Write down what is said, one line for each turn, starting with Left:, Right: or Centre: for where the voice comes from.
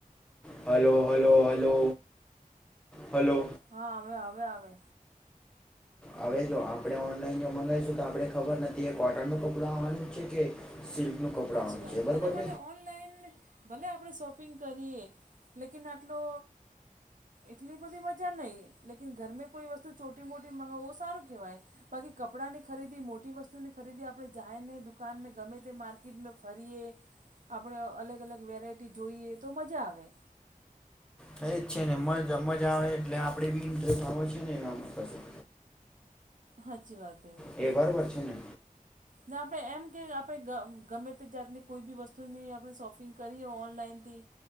Centre: હલો હલો હલો હલો
Right: હા અવે અવે આવે
Centre: હવે તો આપડણે ઓનલાઈન જો મગાવીશું તો આપણે ખબર નથી એ કોટન ન કપડું આવવાનું છે કે <unintelligible> કપડા
Right: સાચી
Centre: આવ
Right: વાત
Centre: છે બરોબર
Right: એના માટે ઓનલાઈન ભલે આપણે શોપિંગ કરીએ લેકિન આટલો એટલી બધી મજા નહીં લેકીન ઘરમાં કોઈ વસ્તુ છોટી મોટી મગાવ સારું કેવાય. બાકી કપડાં ની ખરીદી મોટી વસ્તુ ની ખરીદી આપણે જાય ને દુકાનને ગમે તે માર્કેટ <unintelligible> ફરીએ આપણે અલગ અલગ વેરાયટી જોઈએ તો મજા આવે.
Centre: <unintelligible>
Right: હાચી વાત હે
Centre: એ બરોબર છે ને
Right: ને આપણે એમ કે આપણે ગમે તે જાતની કોઈ બી વસ્તુની આપણે શોપિંગ કરીએ ઓનલાઈનથી